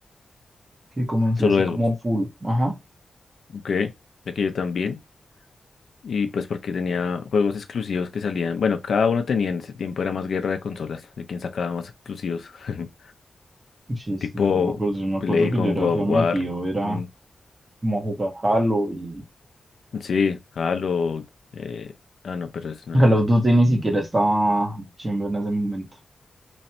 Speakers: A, on the right; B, on the left.
A: que comencé
B: Solo
A: así como
B: Xbox.
A: full. Ajá.
B: Ok, ya que yo también. Y pues porque tenía juegos exclusivos que salían. Bueno, cada uno tenía en ese tiempo era más guerra de consolas, de quién sacaba más exclusivos. <laughs>
A: Sí, sí,
B: Tipo
A: yo no me acuerdo, yo me acuerdo
B: Play
A: que
B: con
A: yo era
B: God
A: remetido,
B: of War.
A: era
B: mm,
A: como jugar Halo y
B: Sí, Halo. eh, Ah, no, pero eso no
A: Call
B: era.
A: of Duty ni siquiera estaba chimba en ese momento.